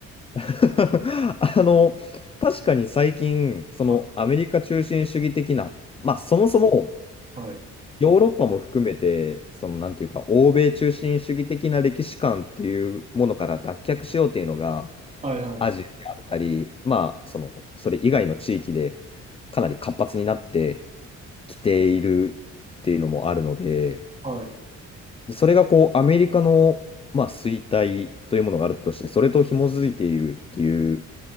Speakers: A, on the left; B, on the right.
A: <laughs> あの、確かに最近、そのアメリカ中心主義的な、
B: は
A: まあそもそも
B: い
A: ヨーロッパも含めて、そのなんていうか、欧米中心主義的な歴史観っていうものから脱却しようっていうのが、
B: はいはいはい
A: アジアであったり、まあ、その、それ以外の地域でかなり活発になってきているっていうのもあるので、
B: はいはい。
A: それがこう、アメリカの、まあ、衰退というものがあるとして、それと紐づいているっていう